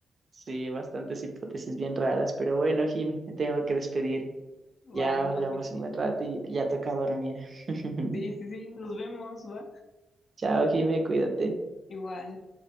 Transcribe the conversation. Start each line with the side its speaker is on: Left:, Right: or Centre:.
Right: Sí, bastantes hipótesis bien raras, pero bueno, Jimmy, me tengo que despedir.
Left: Vale,
Right: Ya
Left: no,
Right: hablamos
Left: pues sí.
Right: un buen rato y ya toca dormir. <laughs>
Left: Sí, sí, sí, nos vemos, va.
Right: Chao, Jimmy, cuídate.
Left: Igual.